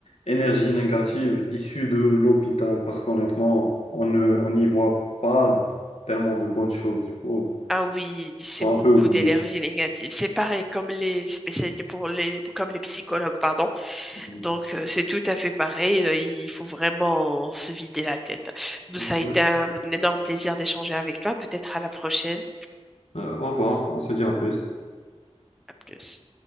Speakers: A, on the left; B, in the centre.
A: énergie négative issue de l'hôpital parce qu'honnêtement, on ne, on n'y voit pas tellement de bonnes choses. Il faut,
B: Ah oui, c'est
A: faut un
B: beaucoup
A: peu oublier.
B: d'énergie négative. C'est pareil comme les spécialités pour les comme les psychologues, pardon.
A: Mm.
B: Donc euh, c'est tout à fait pareil. Euh, Il faut vraiment se vider la tête. Donc ça a été
A: Oui.
B: un énorme plaisir d'échanger avec toi. Peut-être à la prochaine.
A: Euh, au revoir, on se dit à plus.
B: À plus.